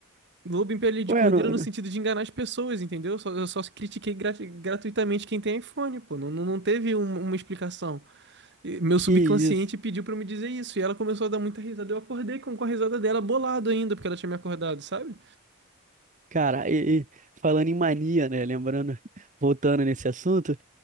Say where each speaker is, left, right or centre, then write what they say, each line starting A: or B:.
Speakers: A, on the right; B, on the right.
A: Lobo em pele de
B: Ué,
A: cordeiro
B: não,
A: no
B: não-
A: sentido de enganar as pessoas, entendeu? Só- eu só critiquei grat- gratuitamente quem tem iPhone, pô. Não, não, não teve um- uma explicação. E meu
B: que
A: subconsciente
B: isso?
A: pediu pra eu me dizer isso. E ela começou a dar muita risada. Eu acordei com, com a risada dela bolado ainda, porque ela tinha me acordado, sabe?
B: Cara, e, e falando em mania, né? Lembrando, voltando nesse assunto.